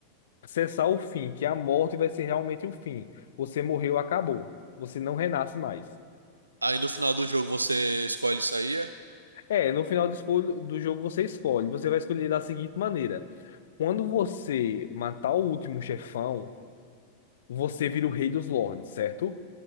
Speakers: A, on the left; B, on the right.
A: Cessar o fim, que é a morte vai ser realmente o fim. Você morreu, acabou. Você não renasce mais.
B: aí no final do jogo você escolhe isso aí, é?
A: É, no final do, escolho, do jogo você escolhe. Você vai escolher da seguinte maneira: quando você matar o último chefão, você vira o rei dos lords, certo?